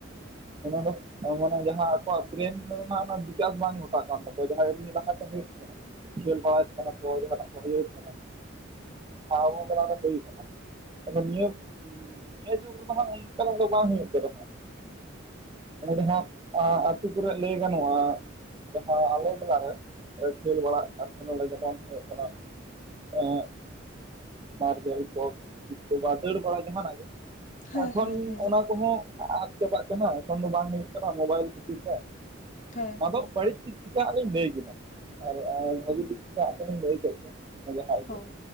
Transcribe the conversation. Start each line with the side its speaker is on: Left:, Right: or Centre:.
Right: ᱚᱱᱟ ᱫᱚ ᱢᱟᱱᱮ ᱡᱟᱦᱟᱸ ᱟᱠᱚᱣᱟᱜ ᱵᱨᱮᱱ ᱨᱮᱱᱟᱜ ᱚᱱᱟ ᱵᱤᱠᱟᱥ ᱵᱟᱝ ᱜᱷᱚᱴᱟᱜ ᱠᱟᱱ ᱛᱟᱠᱚᱣᱟ ᱡᱟᱦᱟᱸ ᱢᱤᱫ ᱞᱟᱦᱟᱛᱮ ᱦᱩᱭᱩᱜ ᱛᱟᱦᱮᱸ ᱠᱟᱱᱟ᱾ ᱠᱷᱮᱞ ᱵᱟᱲᱟᱭ ᱛᱟᱦᱮᱱᱟᱠᱚ ᱡᱟᱦᱟᱱᱟᱜ ᱠᱚ ᱦᱩᱭᱩᱜ ᱛᱟᱦᱮᱱ ᱟᱵᱚ ᱵᱮᱞᱟᱨ ᱨᱮ ᱦᱩᱭ ᱟᱠᱟᱱᱟ ᱾ ᱟᱫᱚ ᱱᱤᱭᱟᱹ ᱱᱤᱭᱟᱹ ᱡᱩᱜᱽ ᱨᱮᱫᱚ ᱦᱟᱸᱜ ᱚᱱᱠᱟᱱᱟᱜ ᱫᱚ ᱵᱟᱝ ᱦᱩᱭᱩᱜ ᱠᱟᱱᱟ ᱦᱟᱸᱜ᱾ ᱚᱱᱮ ᱡᱟᱦᱟᱸ ᱟᱹᱛᱩ ᱠᱚᱨᱮ ᱞᱟᱹᱭ ᱜᱟᱱᱚᱜᱼᱟ ᱡᱟᱦᱟᱸ ᱟᱞᱮ ᱢᱮᱞᱟᱨᱮ ᱠᱷᱮᱞ ᱵᱟᱲᱟᱜ ᱠᱟᱱ ᱛᱟᱦᱮᱱᱟᱞᱮ ᱡᱮᱢᱚᱱ ᱦᱩᱭᱩᱜ ᱠᱟᱱᱟ ᱮᱜ ᱢᱟᱨᱵᱮᱞ ᱠᱚ ᱠᱚ ᱵᱟ ᱫᱟᱹᱲ ᱵᱟᱲᱟ ᱡᱟᱦᱟᱱᱟᱜ ᱜᱮ
Left: ᱦᱮᱸ
Right: ᱮᱠᱷᱚᱱ
Left: ᱦᱮᱸ ᱦᱮᱸ ᱦᱮᱸ
Right: ᱚᱱᱟ ᱠᱚ ᱦᱚᱸ ᱟᱫ ᱪᱟᱵᱟᱜ ᱠᱟᱱᱟ ᱮᱠᱷᱚᱱ ᱫᱚ ᱵᱟᱝ ᱦᱩᱭᱩᱜ ᱠᱟᱱᱟ ᱢᱳᱵᱟᱭᱤᱞ ᱠᱷᱟᱹᱛᱤᱨ ᱜᱮ
Left: ᱦᱮᱸ
Right: ᱟᱫᱚ
Left: ᱦᱮᱸ
Right: ᱵᱟᱹᱲᱤᱡᱽ ᱫᱤᱠ ᱪᱤᱠᱟᱹᱜ ᱞᱤᱧ ᱞᱟᱹᱭ ᱠᱮᱫᱟ ᱟᱨ ᱵᱷᱟᱹᱜᱤ ᱫᱤᱠ ᱴᱟᱜ ᱫᱚᱞᱤᱧ ᱞᱟᱹᱭ ᱠᱮᱫ ᱜᱮᱭᱟ᱾ ᱡᱟᱦᱟᱸ ᱤᱭᱟᱹ
Left: ᱦᱳᱭ